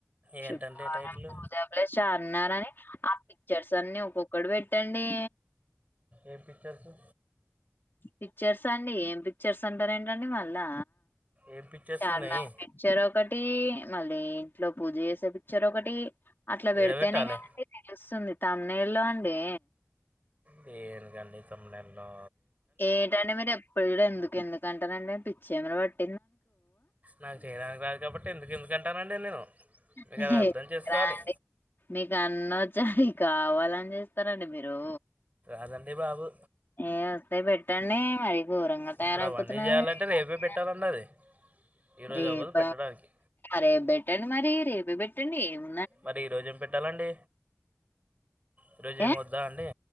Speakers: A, on the right; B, on the left.
A: ఏంటంటే
B: శుక్రవారం
A: టైటిల్
B: పూజ ప్లేస్ చార్మినార్ అని ఆ పిక్చర్స్ అన్ని ఒక్కొక్కటి పె ట్టండి
A: ఏం పిచ్చర్సు
B: పిక్చర్స్ అండి ఏం పిక్చర్స్ అంటారేంటండి మళ్ళా
A: ఏం పిక్చర్స్
B: చార్మినార్
A: ఉన్నాయి
B: పిక్చర్ ఒకటి మళ్ళీ ఇంట్లో పూజచేసే పిక్చర్ ఒకటి అట్లా పెడితేనే
A: ఎడబెట్టాలి
B: కాదండి తెలు సుంది తమ్నైలో అండి
A: దేనికండి తమ్నైలో
B: ఏటండి మీరు ఎప్పుడు చూడు ఎందుకు ఎందుకు అంటారండి పిచ్చేమన్న ప
A: నాకు చేయడానికి రాదు కాబట్టి ఎందుకు ఎందుకు అంటానండి నేను మీకు
B: ఎందుకు
A: అది అర్థం చేసుకోవాలి
B: రాదండి మీకు అన్నో చ్చయి కావాలని చేస్తారండి మీరు
A: అదండి బాబు
B: ఏ వస్తె పెట్టండి మరి ఘోరంగా తయారైపోతున్నారు
A: ఇప్పుడు అవన్నీ చేయాలంటే
B: మీరు ఈ
A: రేపే
B: మధ్యన
A: పెట్టాలండి అది ఈరోజు
B: రేప
A: అవ్వదు పెట్టడానికి
B: రేపు పెట్టండి మరి రేపే పెట్టండి ఎం
A: మరి ఈరోజేం పెట్టాలండి ఈరోజేం
B: ఏ
A: వద్దా అండి